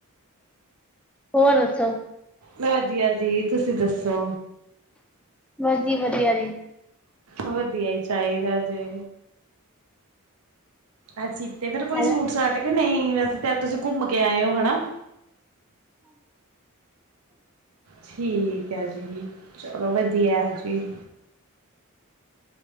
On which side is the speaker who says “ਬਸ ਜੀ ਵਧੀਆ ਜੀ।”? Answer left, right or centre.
Centre